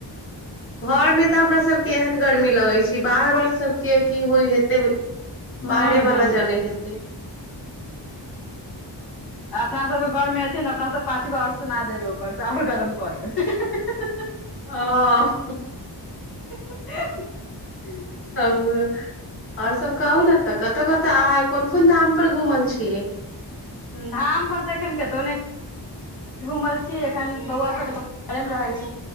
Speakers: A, on the left; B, on the left.
A: घर मे तऽ हमरा सबके एहन गर्मी लगै छै बाहर वाला सबके की होइ हेतै
B: ह
A: बाहरे वाला
B: ह
A: जनै हेतै
B: अपना सबके घरमे तेन अपनासँ पाँच गो आओर सुना देबै ऊपरसँ आओर गरम कऽ देबै
A: ह
B: ह
A: ह आओर सब कहउ ने त तऽ कतऽ कतऽ अहाँ कोन कोन धाम पर घुमल छियै
B: धाम पर तऽ एखन कतहु नहि घूमल छी एखन बौआ सब रहै छी